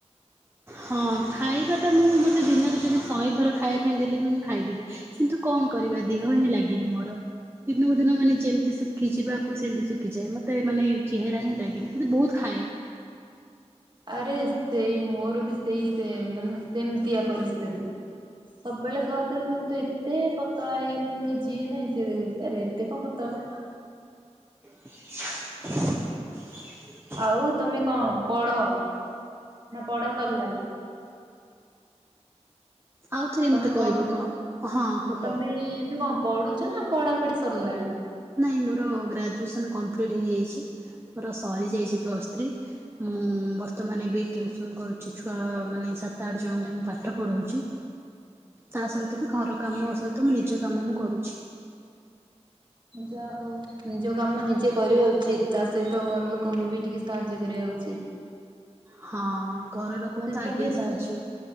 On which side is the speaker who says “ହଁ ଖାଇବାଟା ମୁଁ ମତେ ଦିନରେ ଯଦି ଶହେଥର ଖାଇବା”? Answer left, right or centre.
Right